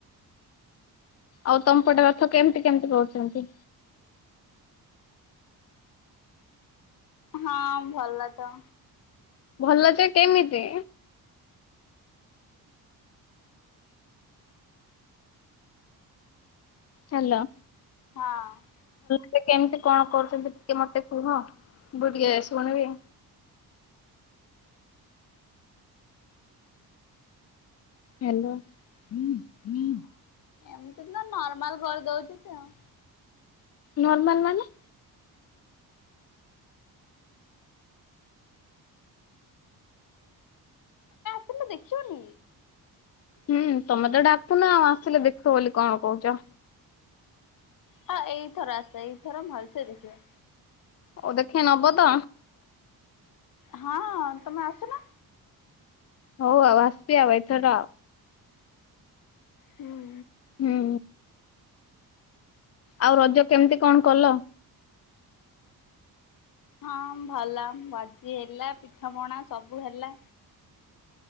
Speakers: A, on the left; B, on the left.
A: ଆଉ ତମ ପଟେ ରଥ କେମିତି କେମିତି କହୁଛନ୍ତି?
B: ହଁ ଭଲ ତ
A: ଭଲ ଯେ କେମିତି? ହଲୋ।
B: ହଁ।
A: ସେ କେମିତି କଣ କରୁଛନ୍ତି ଟିକେ ମତେ କୁହ ମୁଁ ଟିକେ ଶୁଣିବି? ହେଲୋ ହୁଁ ହୁଁ।
B: ଏମତି ନା ନର୍ମାଲ କରିଦଉଛି ସେ ଆଉ।
A: ନର୍ମଲ ମାନେ?
B: ସେ ଦେଖିିବନି।
A: ହୁଁ ତମେ ତ ଡାକୁନ ଆଉ ଆସିଲେ ଦେଖ ବୋଲି କଣ କହୁଛ?
B: ହଁ ଏଇଥର ଆସ ଏଇଥର ଭଲସେ ଦେଖିବ।
A: ଓ ଦେଖେଇ ନବ ତ?
B: ହଁ ତମେ ଆସୁ ନ।
A: ହଉ ଆଉ ଆସି ଆଉ ଏଇଥର।
B: ହୁଁ।
A: ହୁଁ। ଆଉ ରଜ କେମିତି କଣ କଲ?
B: ହଁ ଭଲ ଭଜି ହେଲା ପିଠା ପଣା ସବୁ ହେଲା।